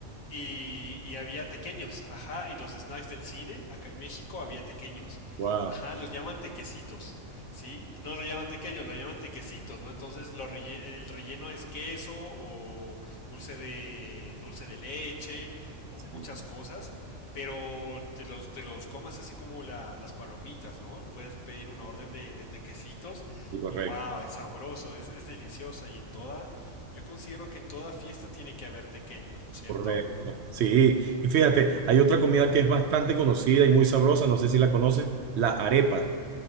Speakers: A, on the left (about 80°); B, on the right (about 65°).
A: Y, y, había tequeños, ajá, en los snacks del cine, acá en México había tequeños,
B: Wow.
A: ajá, los llaman tequecitos, ¿sí? No lo llaman tequeños, lo llaman tequecitos, ¿no? Entonces lo relle- el relleno es queso o dulce de, dulce de leche o
B: Sí,
A: muchas cosas, pero te los, te los comas así como la- las palomitas, ¿no? Puedes pedir una orden de, de tequecitos
B: sí, correcto,
A: y wow, es sabroso, es, es deliciosa y en toda, yo considero que en toda fiesta tiene que haber tequeños, ¿no es cierto?
B: correcto. Sí, y fíjate, hay otra comida que es bastante conocida y muy sabrosa, no sé si la conoces, la arepa.